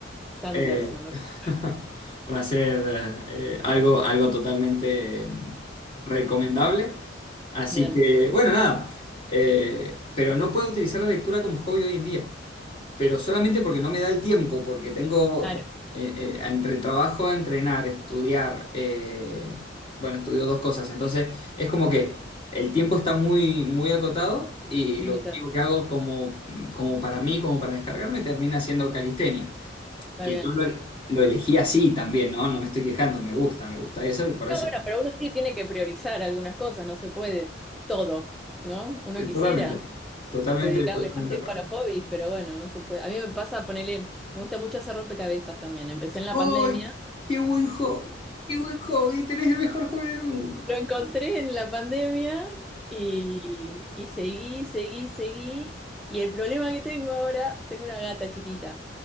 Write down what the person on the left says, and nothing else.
Eh,
<laughs>
va a ser eh, algo, algo totalmente eh, recomendable. Así
que, bueno, nada. Eh, pero no puedo utilizar la lectura como hobby hoy en día. Pero solamente porque no me da el tiempo, porque tengo,
porque, eh, eh, entre el trabajo, entrenar, estudiar, eh, bueno, estudio dos cosas. Entonces, es como que el tiempo está muy, muy acotado y
lo único que hago como, como para mí, como para descargarme, termina siendo calistenia.
Que
yo lo, lo elegí así también, ¿no? No me estoy quejando, me gusta, me gusta eso y por
eso.
Totalmente, totalmente,
totalmente
de acuerdo.
¡Ay!
¡Qué buen hobby! ¡Qué buen hobby! Tenés el mejor hobby del mundo.